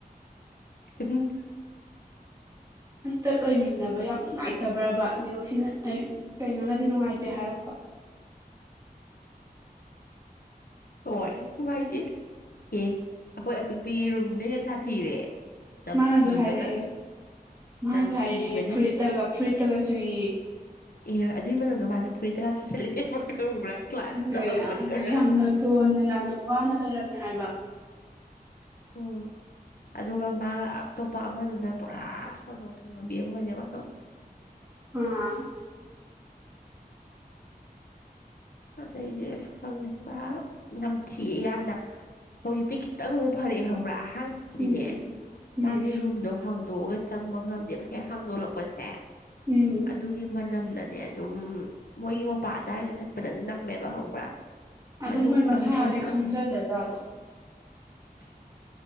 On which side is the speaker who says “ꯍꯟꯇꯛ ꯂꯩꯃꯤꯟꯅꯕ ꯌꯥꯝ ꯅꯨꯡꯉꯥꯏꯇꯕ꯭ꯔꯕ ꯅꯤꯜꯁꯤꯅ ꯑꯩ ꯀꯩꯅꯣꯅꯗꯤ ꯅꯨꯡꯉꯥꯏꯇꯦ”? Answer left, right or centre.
Right